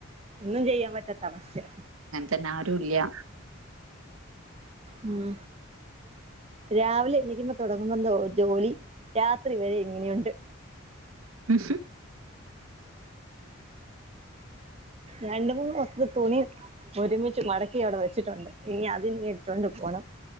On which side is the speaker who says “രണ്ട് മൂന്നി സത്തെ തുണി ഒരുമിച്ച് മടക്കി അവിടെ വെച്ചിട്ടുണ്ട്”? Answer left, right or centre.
Right